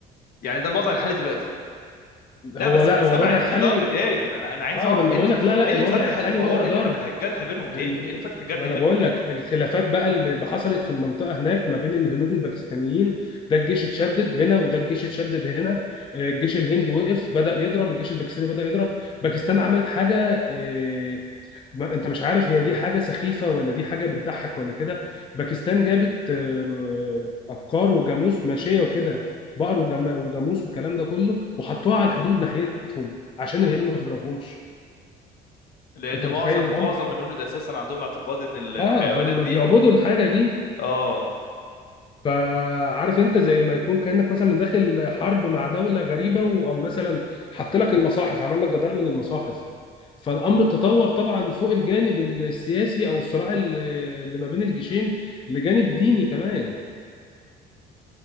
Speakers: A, on the left (about 60°); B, on the left (about 30°).
A: يعني ده الوضع الحالي دلوقتي لا
B: هو
A: بس
B: لا
A: انا سامع
B: هو الوضع
A: ان
B: الحالي
A: في ضرب ناري يعني انا انا عايز
B: اه
A: اعرف
B: ما انا
A: ايه
B: بقول
A: اللي
B: لك لا لا
A: ايه اللي
B: الوضع
A: فتح
B: الحالي
A: الحوار
B: وضع
A: ايه
B: ضار
A: اللي فتح الجرح بينهم تاني
B: ال-
A: ايه اللي فتح الجرح
B: ما انا
A: بينهم
B: بقول
A: تاني
B: لك الخلافات بقى اللي اللي حصلت في المنطقه هناك ما بين الهنود والباكستانيين ده الجيش اتشدد هنا وده الجيش اتشدد هنا آه، الجيش الهندي وقف بدأ يضرب الجيش الباكستاني بدأ يضرب باكستان عملت حاجه آه، ما انت مش عارف هي دي حاجه سخيفه ولا دي حاجه بتضحك ولا كده باكستان جابت آه، ابقار وجاموس ماشيه وكده بقر وجم- وجاموس والكلام ده كله وحطوها على الحدود ناحيتهم عشان الهند ما تضربهمش
A: لان
B: انت
A: معظم
B: متخيل
A: معظم
B: الامر
A: الهنود اساسا عندهم اعتقاد ان ال- الحيوانات
B: اه هم
A: دي
B: بيعبدوا الحاجه دي
A: اه
B: فعارف انت زي ما يكون كانك مثلا داخل حرب مع دوله غريبه ومثلا حط لك المصاحف عمل لك جدار من المصاحف فالامر تطور طبعا فوق الجانب السياسي او الصراع اللي اللي ما بين الجيشين لجانب ديني كمان